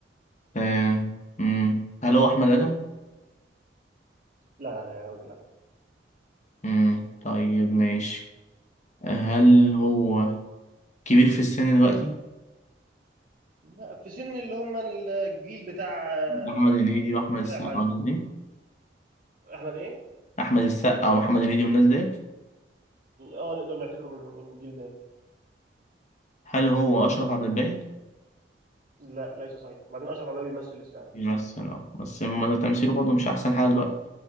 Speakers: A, on the left; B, on the right.
A: تمام امم هل هو احمد ادم
B: لا لا لا يا راجل لا
A: امم طيب ماشي هل هو كبير في السن دلوقتي
B: لا في سن اللي هم الجيل بتاع آه،
A: محمد هنيدي واحمد
B: اللي طلع
A: السقا
B: بعد
A: والناس دي
B: احمد ايه
A: احمد السقا ومحمد هنيدي والناس ديت
B: اه نقدر نعتبره منهم من الجيل ده
A: هل هو اشرف عبد الباقي
B: لا ليس صحيح وبعدين اشرف عباية بيمثل لسه يا عم
A: بيمثل اه بس ما- تمثيله برضه مش احسن حاجه دلوقتي